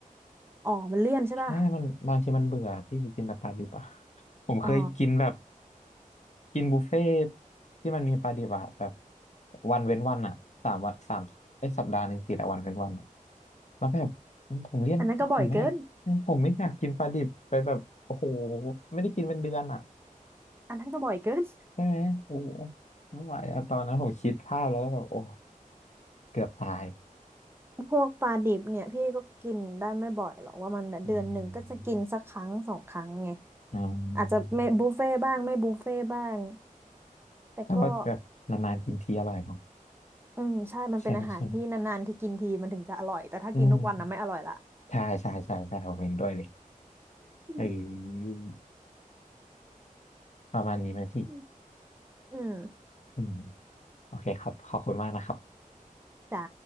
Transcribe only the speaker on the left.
ใช่มันบางทีมันเบื่อพี่ไปกินสปาดิบอ่ะ <laughs> ผมเคยกินแบบ
กินบุฟเฟ่ต์ที่มันมีปลาดิบอะแบบวันเว้นวันอะสามวันสามไอ้ยสัปดาห์หนึ่งติดอะวันเว้นวันอะแล้วแบบผมเลี่ยนผมไม่อยาก
ผมไม่อยากกินปลาดิบไปแบบโอ้โหไม่ได้กินเป็นเดือนอะ
ใช่ไหมโอ้โหไม่ไหวอะตอนนั้นผมคิดภาพแล้วก็แบบโอ้เกือบตาย
อืมอืม
แต่ว่าแบบนานๆกินทีอร่อยเนาะ
ใช่ไหมใช่ไหมอืมใช่ใช่ใช่ใช่ผมเห็นด้วยเลย
เออประมาณนี้ไหมพี่
อืม โอเคครับขอบคุณมากนะครับ